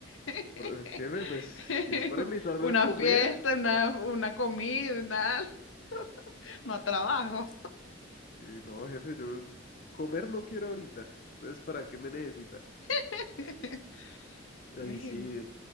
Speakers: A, on the left (about 75°); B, on the left (about 45°).
A: <laughs>
B: "Pero, jefe, pues si es para invitarme
A: Una
B: a comer.
A: fiesta, una, una comida, nada <laughs> no a trabajo.
B: Sí, no, jefe, yo comer no quiero ahorita. Entonces, ¿para qué me necesita?
A: <laughs>
B: Ay,
A: Mira,
B: sí,